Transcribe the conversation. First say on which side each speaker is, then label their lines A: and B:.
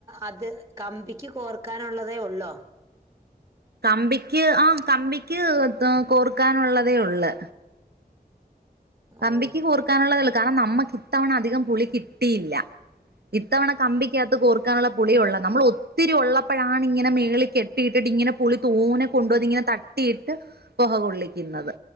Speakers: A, on the right; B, on the right.
A: അത് കമ്പിക്ക് കോർക്കാനുള്ളതേ ഉള്ളോ
B: കമ്പിക്ക് ആ കമ്പിക്ക് കോർക്കാനുള്ളതേ ഒള്ള് കമ്പിക്ക്
A: ഓ
B: കൂർക്കാനുള്ളതേള്ളൂ കാരണം നമ്മക്ക് ഇത്തവണ അധികം പുളി കിട്ടിയില്ല ഇത്തവണ കമ്പിക്കകത്ത് കോർക്കാനുള്ള പുളിയള്ള നമ്മൾ ഒത്തിരി ഉള്ളപ്പോഴാണ് ഇങ്ങനെ മേളി കെട്ടി കെട്ടിയിട്ടിട്ട് ഇങ്ങനെ പുളി തോനെ കൊണ്ടപോവിതിങ്ങനെ തട്ടിയിട്ട് പൊഹ കൊള്ളിക്കുന്നത്